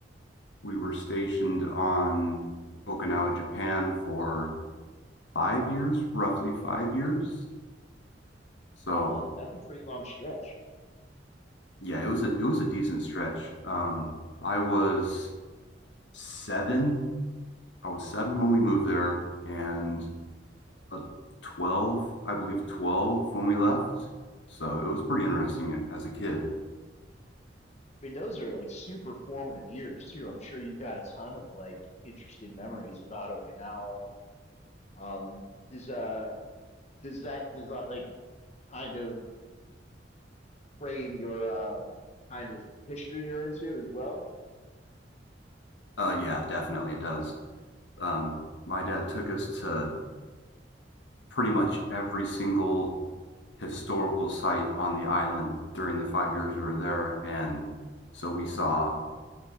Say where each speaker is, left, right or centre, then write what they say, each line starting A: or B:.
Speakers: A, on the left (about 80°); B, on the left (about 40°).
A: we were stationed on Okinawa, Japan for five years, roughly five years.
B: Wow,
A: So
B: that's that's a pretty long stretch.
A: yeah, it was a it was a decent stretch. Um, I was seven. I was seven when we moved there, and a twelve, I believe, twelve when we left. So it was pretty interesting as a kid.
B: I mean, those are like super formative years too. I'm sure you've got a ton of like interesting memories about Okinawa. Um, does uh does that does that like kind of frame your um kind of history you're into as well?
A: Uh, yeah, definitely it does. Um, my dad took us to pretty much every single historical site on the island during the five years we were there, and so we saw